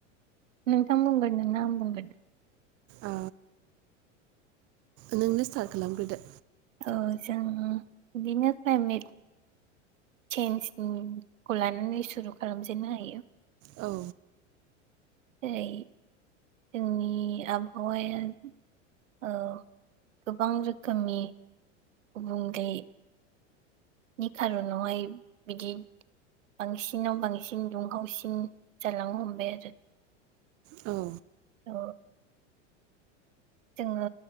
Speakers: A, on the right; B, on the right.
A: नोंथां बुंगोनोना आं बुंगोनो
B: अ नोंनो स्टार्ट खालामग्रोदो
A: औ जों बिदिनो क्लायमेट चेन्जनि खौ लानानै सुरु खालामजेननो हायो
B: औ
A: जेरै जोंनि आबहावाया ओ गोबां रोखोमनि गुबुंले नि खार'नावहाय बिदि बांसिनाव बांसिन दुंहावसिन जालांनो हमबाय आरो
B: औ
A: अ जोङो